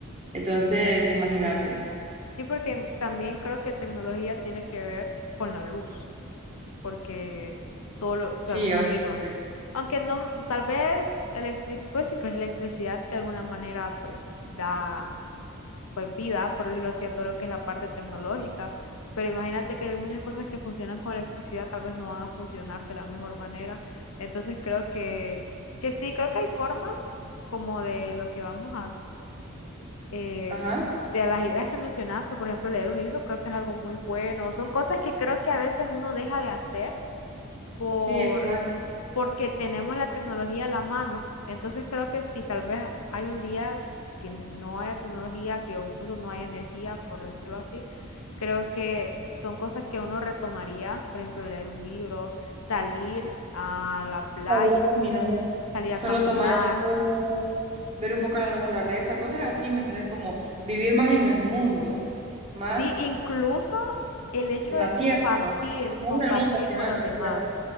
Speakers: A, on the right; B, on the left.
A: Entonces, imagínate.
B: sí, porque también creo que tecnología tiene que ver con la luz. porque todo lo, o sea,
A: Sí,
B: me imagino.
A: obviamente.
B: Aunque no, tal vez electricidad, pues si fuese electricidad de alguna manera, pues da pues vida, por decirlo así, a todo lo que es la parte tecnológica. Pero imagínate que hay muchas cosas que funcionan con electricidad, tal vez no van a funcionar de la mejor manera. Entonces creo que, que sí, creo que hay formas como de lo que vamos a, eh,
A: Ajá.
B: de las ideas que mencionaste, por ejemplo, leer un libro, creo que es algo muy bueno. Son cosas que creo que a veces uno deja de hacer por
A: Sí, exacto.
B: porque tenemos la tecnología a la mano. Entonces creo que si tal vez hay un día que no haya tecnología, que incluso no haya energía, por decirlo así, creo que son cosas que uno retomaría, por ejemplo, leer un libro, salir a la playa,
A: Salir a caminar.
B: salir
A: Solo
B: a caminar,
A: tomar el sol, ver un poco la naturaleza, cosas así, ¿me entiendes? Como vivir más en el mundo, más
B: sí, incluso el hecho
A: En
B: de
A: la
B: compartir,
A: tierra, ¿no? No
B: compartir
A: en el mundo, sino
B: con
A: en
B: los
A: la
B: demás.
A: tierra.